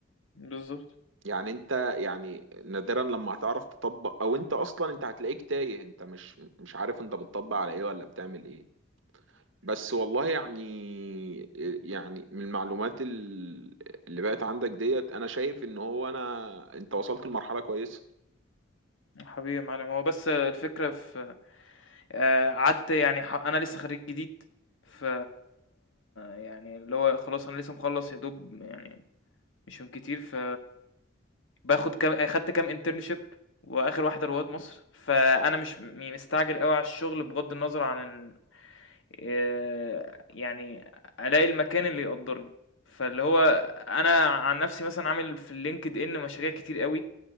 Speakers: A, on the left; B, on the right.
A: بالظبط
B: يعني انت يعني نادرا لما هتعرف تطبق او انت اصلا انت هتلاقيك تايه انت مش مش عارف انت بتطبق على ايه ولا بتعمل ايه بس والله يعني آه، يعني من المعلومات ال- اللي بقت عندك ديت انا شايف ان هو انا انت وصلت لمرحلة كويسة
A: حبيبي يا معلم هو بس الفكرة في آه، قعدت يعني ح... أنا لسه خريج جديد ف يعني اللي هو خلاص أنا لسه مخلص يا دوب يعني مش من كتير ف باخد كام خدت كام انترنشيب وآخر واحدة رواد مصر فأنا مش م- يعني مستعجل قوي على الشغل بغض النظر عن إن- آه، يعني ألاقي المكان اللي يقدرني فاللي هو أنا عن نفسي مثلا عامل في اللينكد إن مشاريع كتير قوي